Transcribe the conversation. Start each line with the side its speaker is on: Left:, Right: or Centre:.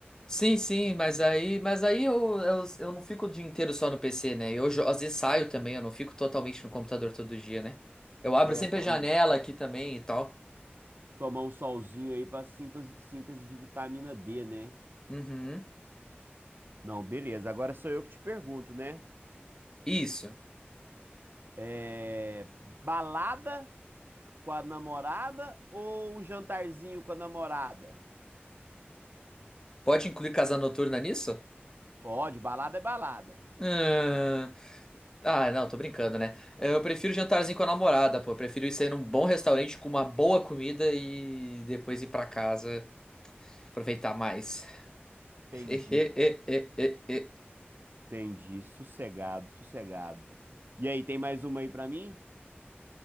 Left: Sim, sim, mas aí, mas aí eu, eu, eu não fico o dia inteiro só no PC, né? Eu jo- às vezes saio também, eu não fico totalmente no computador todo dia, né? Eu abro
Right: É,
Left: sempre
Right: tom-
Left: a janela aqui também e tal.
Right: tomar um solzinho aí pra síntese, síntese de vitamina D, né?
Left: Uhum.
Right: Não, beleza, agora sou eu que te pergunto, né?
Left: Isso.
Right: É, balada com a namorada ou um jantarzinho com a namorada?
Left: Pode incluir casa noturna nisso?
Right: Pode, balada é balada.
Left: Ahn, Ah, não, tô brincando, né? Eu prefiro jantarzinho com a namorada, pô. Eu prefiro ir sair num bom restaurante com uma boa comida e depois ir pra casa aproveitar mais.
Right: Entendi,
Left: <laughs>
Right: entendi. Sossegado, sossegado. E aí, tem mais uma aí pra mim?